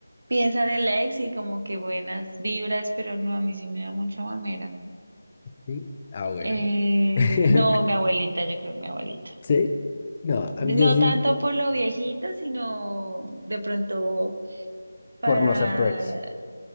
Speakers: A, on the right; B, on the left.
A: piensa en el ex y como que buenas vibras, pero no, a mí sí me da mucha mamera.
B: Sí. Ah, bueno.
A: Eh,
B: <laughs>
A: no, mi abuelita, yo creo que mi abuelita.
B: ¿Sí? No, a
A: No
B: mí yo sí,
A: tanto por lo viejito, sino de pronto para
B: por no ser tu ex.